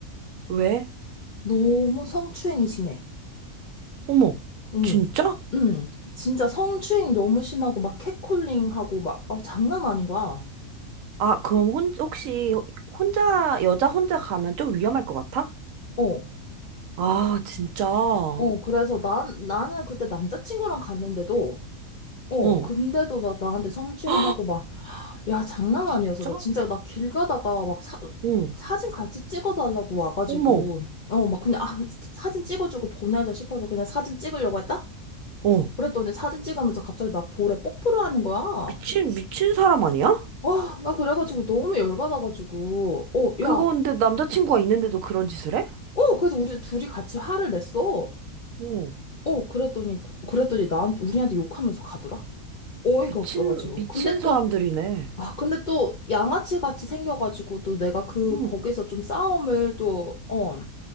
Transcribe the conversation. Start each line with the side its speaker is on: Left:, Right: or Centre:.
Right: 왜?
Left: 너무 성추행이 심해.
Right: 어머,
Left: 응.
Right: 진짜?
Left: 응. 진짜 성추행이 너무 심하고 막 캣콜링하고 막, 어, 장난 아닌 거야.
Right: 아, 그럼 혼, 혹시 혼자, 여자 혼자 가면 좀 위험할 것 같아?
Left: 어.
Right: 아, 진짜? 어.
Left: 어, 그래서 난, 나는 그때 남자친구랑 갔는데도, 어,
Right: <gasps>
Left: 근데도 막 나한테 성추행하고
Right: 헉,
Left: 막 야, 장난
Right: 진짜?
Left: 아니었어. 나 진짜 나 길 가다가 막 사,
Right: 응.
Left: 사진 같이 찍어달라고 와가지고
Right: 어머,
Left: 어 막 그냥 아 사진 찍어주고 보내자 싶어서 그냥 사진 찍으려고 했다?
Right: 어.
Left: 그랬더니 사진 찍으면서 갑자기 나 볼에 뽀뽀를 하는 거야.
Right: 미친, 미친 사람 아니야?
Left: 와, 나 그래가지고 너무 열받아가지고 어,
Right: 그거
Left: 야,
Right: 근데 남자친구가 있는데도 그런 짓을 해?
Left: 어, 그래서 우리 둘이 같이 화를 냈어.
Right: 어.
Left: 어, 그랬더니 그- 그랬더니 나한테 우리한테 욕하면서 가더라. 어이가
Right: 미친,
Left: 없어가지고.
Right: 미친
Left: 근데
Right: 사람들이네.
Left: 또 아, 근데 또 양아치 같이 생겨가지고 또 내가 그
Right: 응.
Left: 거기서 좀 싸움을 또어